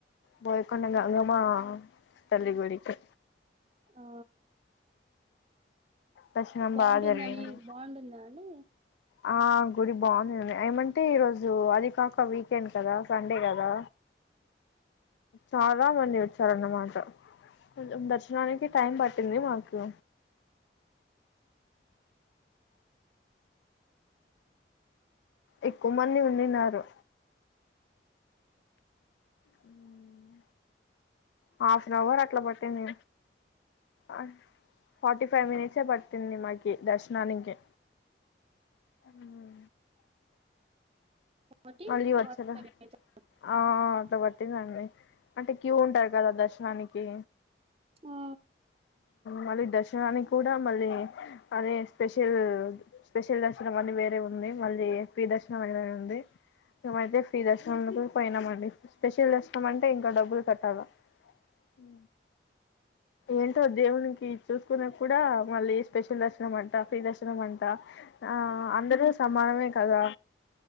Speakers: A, on the left; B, on the right.
A: బోయికండ గంగమ్మ పల్లి గుడికి
B: ఆ
A: దర్శనం
B: బాగుంటుందని
A: బాగా జరిగింది
B: బాగుంటుందా అండి
A: ఆ గుడి బాగుంది ఏమంటే ఈ రోజు అది కాక వీకెండ్ కదా సండే కదా చాలా మంది వచ్చారు అన్న మాట ఆ దర్శనానికి టైం పట్టింది మాకు ఎక్కువ మంది ఉండిన్నారు హ్మ హాఫ్ అన్ అవర్ అట్లా పట్టింది ఆ ఫార్టీ ఫైవ్ మనిట్సే పట్టింది మాకి దర్శనానికి హామ్
B: <inaudible>
A: మళ్ళీ వచ్చారా ఆ అ అంత పట్టిందండి అంటే క్యూ ఉంటారు కదా దర్శనానికి
B: ఆ
A: మళ్ళీ దర్శనానికి కూడా మళ్ళీ అదే స్పెషల్ స్పెషల్ దర్శనం అని వేరే ఉంది మళ్ళీ ఫ్రీ దర్శనం అనీ ఉంది మమైతే ఫ్రీ దర్శనంలోకి పోయినామండి స్పెషల్ దర్శనం అంటే ఇంకా డబ్బులు కట్టాలా ఉ ఏంటో దేవునికి చూసుకున్నా కూడా మళ్ళీ స్పెషల్ దర్శనం అంట ఫ్రీ దర్శనం అంట ఆ అందరూ సమానమే కదా